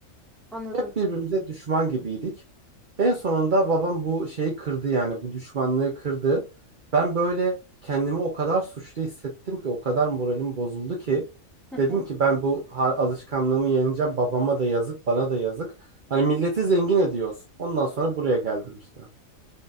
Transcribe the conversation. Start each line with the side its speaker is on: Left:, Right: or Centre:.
Centre: Anladım.
Right: Hep birbirimize düşman gibiydik. En sonunda babam bu şeyi kırdı yani bu düşmanlığı kırdı. Ben böyle kendimi o kadar suçlu hissettim ki o kadar moralim bozuldu ki
Centre: Hı hı.
Right: dedim ki ben bu ha- alışkanlığımı yeneceğim. Babama da yazık, bana da yazık. Hani milleti zengin ediyoruz. Ondan sonra buraya geldim işte.